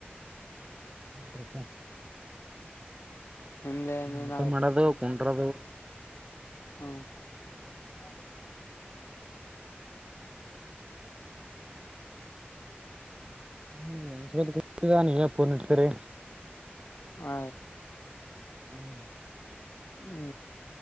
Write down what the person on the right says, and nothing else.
ಹಪ್ಪ
ಊಟ ಮಾಡೋದು ಕು ಗಡದ
ಹ್ಮ್ ನನ್ಸತ್ ಕುಡ್ತದಾ ನೀವಫೋನ್ ಇಡ್ತೀರಿ
ಹ್ಮ್